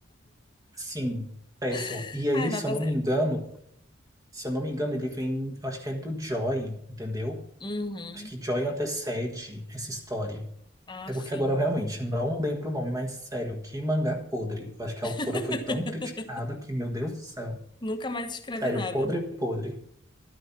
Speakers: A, on the right (about 15°); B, on the left (about 25°).
A: Sim, péssimo.
B: <laughs>
A: E aí,
B: Ai, nota
A: se eu não
B: zero.
A: me engano, se eu não me engano, ele vem, eu acho que é do Joy, entendeu?
B: Uhum.
A: Acho que Joy antecede essa história.
B: Ah,
A: É
B: sim.
A: porque agora eu realmente não lembro o nome, mas sério, que mangá podre. Eu acho que
B: <laughs>
A: a autora foi tão criticada que, meu Deus do céu.
B: Nunca mais escreve
A: Sério,
B: nada.
A: podre, podre.